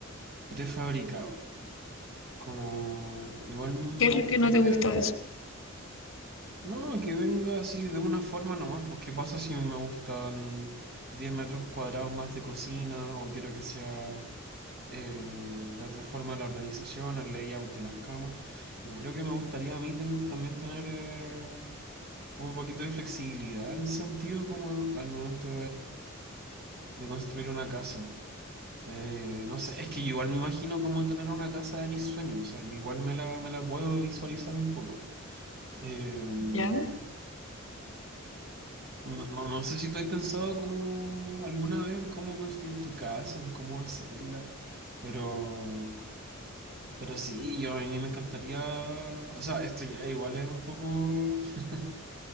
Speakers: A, on the right; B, on the left.
A: prefabricado. Como igual me
B: ¿Qué es
A: gustaría,
B: lo que no te gusta de eso?
A: no, que venga así de una forma nomás, pues qué pasa si me gustan 10 metros cuadrados más de cocina o quiero que sea eh, de otra forma la organización, el layout de las camas. Como creo que me gustaría a mí tam- también tener eh, como un poquito de flexibilidad en ese sentido, como al momento de construir una casa. Eh, no sé, es que igual me imagino como tener una casa de mis sueños, o sea, yo igual me la, me la puedo visualizar un poco. Eh, no,
B: ¿Ya?
A: no, no sé si tú has pensado como alguna vez en cómo construir tu casa, en cómo hacerla, pero, pero sí, yo a mí me encantaría, o sea, esto ya igual es un poco, <laughs>